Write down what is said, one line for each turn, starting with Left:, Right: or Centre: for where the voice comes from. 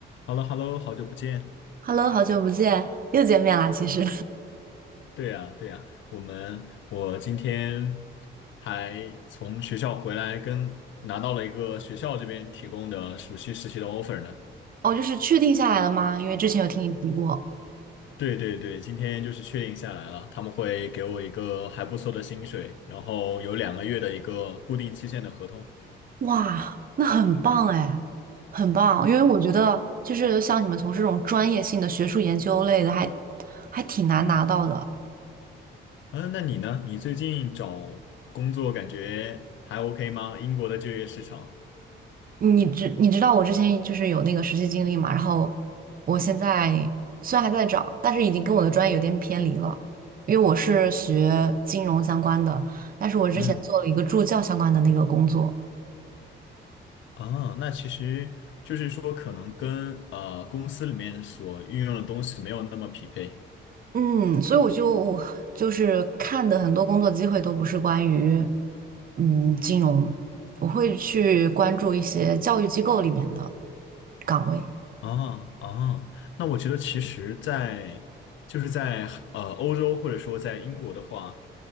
Left: h e l l o h e l l o 好久不见。
Right: Hello，好久不见，又见面啦。其实，
Left: 对呀，对呀，我们我今天还从学校回来跟，拿到了一个学校这边提供的暑期实习的 offer 呢。
Right: <laughs> 哦，就是确定下来了吗？因为之前有听你提过。
Left: 对对对，今天就是确定下来了，他们会给我一个还不错的薪水，然后有两个月的一个固定期限的合同。
Right: 哇，那很棒哎，很棒。因为我觉得，就是像你们从事这种专业性的学术研究类的还，还挺难拿到的。
Left: 嗯，那你呢？你最近找工作感觉还 OK 吗？英国的就业市场？
Right: 你知你知道我之前就是有那个实习经历嘛，然后我现在虽然还在找，但是已经跟我的专业有点偏离了，因为我是学金融相关的，但是我之前做了一个助教相关的那个工作。
Left: 嗯。啊，那其实就是说，可能跟呃公司里面所运用的东西没有那么匹配。
Right: 嗯，所以我就就是看的很多工作机会都不是关于嗯金融，我会去关注一些教育机构里面的岗位。
Left: 啊啊，那我觉得其实在，就是在呃欧洲或者说在英国的话，